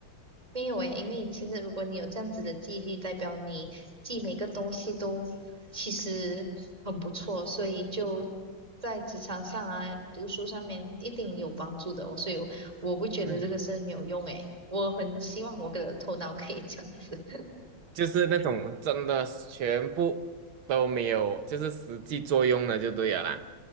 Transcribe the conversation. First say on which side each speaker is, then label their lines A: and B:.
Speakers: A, on the right (about 15°); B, on the right (about 80°).
A: 没有诶，因为其实如果你有这样子的记忆力，代表你记每个东西都其实很不错，所以就在职场上啊、读书上面一定有帮助的哦。所以我，我不觉得这个是没有用诶，
B: 嗯。
A: 我很希望我的头脑可以这样子，<laughs>
B: 就是那种真的全部都没有，就是实际作用的就对了啦。